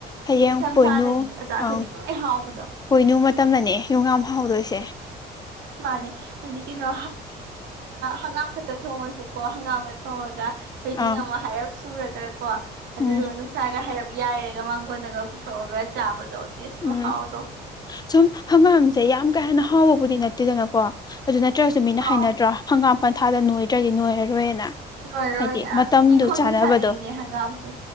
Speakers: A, on the left; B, on the right.
A: ꯍꯌꯦꯡ
B: ꯅꯤꯡꯊꯝꯊꯥꯗꯗꯤ
A: ꯄꯣꯏꯅꯨ
B: ꯑꯆꯥ
A: ꯑ
B: ꯈꯨꯗꯤꯡꯃꯛ ꯂꯣꯏ ꯍꯥꯎꯕꯗꯣ
A: ꯄꯣꯏꯅꯨ ꯃꯇꯝꯗꯅꯦ ꯌꯨꯝꯉꯥ ꯁꯦ
B: ꯃꯥꯅꯦ ꯍꯥꯏꯗꯤ ꯀꯩꯅꯣ ꯍꯪꯒꯥꯝ ꯈꯛꯇ ꯊꯣꯡꯉꯁꯨꯀꯣ ꯍꯪꯒꯥꯝꯒ ꯊꯣꯡꯉꯒ ꯊꯣꯏꯗꯤꯉ
A: ꯑꯪ
B: ꯑꯃ ꯍꯥꯏꯞ ꯁꯨꯔ ꯀꯣ ꯑꯗꯨꯗꯨꯒ
A: ꯎꯝ
B: ꯅꯨꯡꯁꯥꯒ ꯍꯥꯏꯔꯞ ꯌꯥꯏꯔꯒ ꯃꯥꯡꯒꯣꯟꯗꯒ ꯄꯨꯊꯣꯛꯑꯒ ꯆꯥꯕꯗꯣ ꯇꯦꯁ
A: ꯎꯝ
B: ꯃꯍꯥꯎꯗꯣ
A: ꯁꯨꯝ ꯍꯪꯒꯥꯝꯁꯦ ꯌꯥꯝ ꯀ ꯍꯦꯅ ꯍꯥꯎꯕꯕꯨꯗꯤ ꯅꯠꯇꯦꯗꯅꯀꯣ ꯑꯗꯨ ꯅꯠꯇ꯭ꯔꯒꯁꯨ ꯃꯤꯅ
B: ꯑꯥꯎ
A: ꯍꯥꯏꯅꯗ꯭ꯔꯥ ꯍꯪꯒꯥꯝ ꯄꯟꯊꯥꯗ ꯅꯣꯏꯗ꯭ꯔꯗꯤ ꯅꯣꯏꯔꯔꯣꯏꯅ
B: ꯂꯣꯏꯔꯣꯏꯅꯦ
A: ꯍꯥꯏꯗꯤ ꯃꯇꯝꯗꯨ
B: ꯏꯪꯈꯣꯜꯒꯤ
A: ꯆꯥꯅꯕꯗꯣ
B: ꯁꯥꯔꯤꯅꯦ ꯍꯪꯒꯥꯝꯁꯦ